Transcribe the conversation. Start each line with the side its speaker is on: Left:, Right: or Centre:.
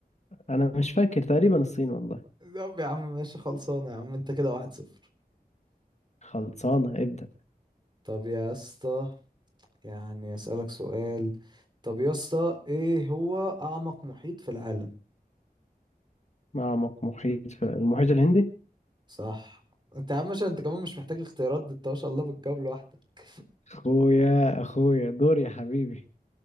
Left: أنا مش فاكر تقريبا الصين والله
Right: طب يا عم ماشي خلصانة يا عم انت كده واحد صفر
Left: خلصانة ابدأ
Right: طب يا اسطى يعني اسألك سؤال طب يا اسطى ايه هو أعمق محيط في العالم
Left: معمق محيط في المحيط الهندي
Right: صح انت يا عم عشان انت كمان مش محتاج اختيارات دي انت ما شاء الله بتجاوب لوحدك
Left: أخويا أخويا دور يا حبيبي